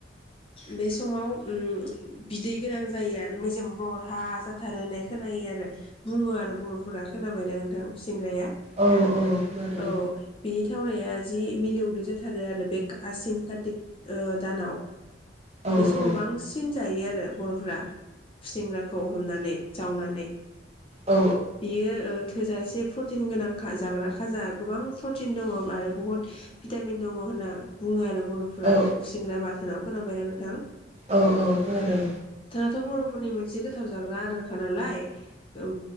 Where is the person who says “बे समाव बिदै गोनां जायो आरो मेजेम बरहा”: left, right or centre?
Left